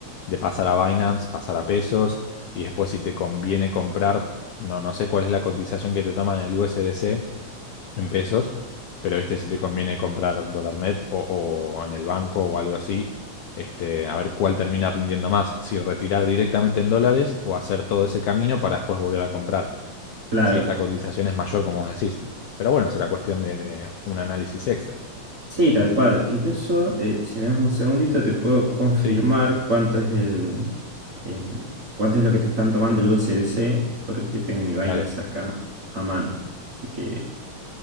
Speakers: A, on the left; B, on the right.
A: de pasar a Binance, pasar a pesos, y después si te conviene comprar, no, no sé cuál es la cotización que te toman en el USDC en pesos, pero viste, si te conviene comprar dólar MEP o, o en el banco o algo así, este, a ver cuál termina rindiendo más, si retirar directamente en dólares o hacer todo ese camino para después volver a comprar,
B: claro.
A: si esta cotización es mayor, como vos decís. Pero bueno, será cuestión de, de un análisis extra.
B: Sí, tal cual. Incluso, eh, si me das un segundito, te puedo confirmar
A: Sí,
B: cuánto es el, em, cuánto es lo que te están tomando el USDC, porque tengo mi Binance
A: dale.
B: acá a mano. Así que,